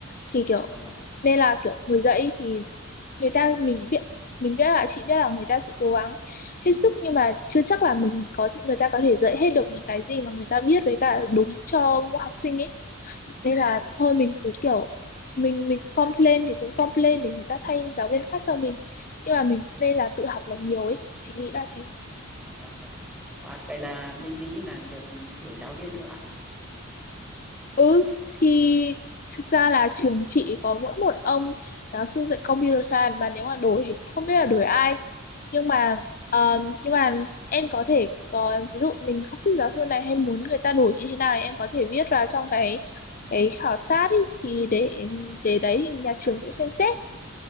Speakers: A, on the left (about 40°); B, in the centre.
A: Thì kiểu
B: vâng ạ
A: nên là kiểu người dạy ý thì người ta mình biết mình biết là chị biết là người ta sẽ cố gắng hết sức nhưng mà chưa chắc là mình có thể- người ta có thể dạy hết được những cái gì mà người ta biết với cả đúng cho mỗi học sinh ấy. Nên
B: vâng
A: là thôi mình cứ kiểu mình mình complain thì cũng complain để người ta thay giáo viên khác cho mình. Nhưng mà mình cũng nên là tự học là nhiều ấy. Chị nghĩ là thế.
B: dạ vâng Wow, vậy là bên Mỹ là được đổi giáo viên cơ ạ
A: Ừ thì thực ra là trường chị có mỗi một ông giáo sư dạy computer science mà nếu mà đổi thì không biết là đổi ai nhưng mà ờ, nhưng mà em có thể có ví dụ mình không thích giáo sư này hay muốn người ta đổi như thế nào thì em có thể viết vào trong cái cái khảo sát ý, thì để để đấy thì nhà trường sẽ xem xét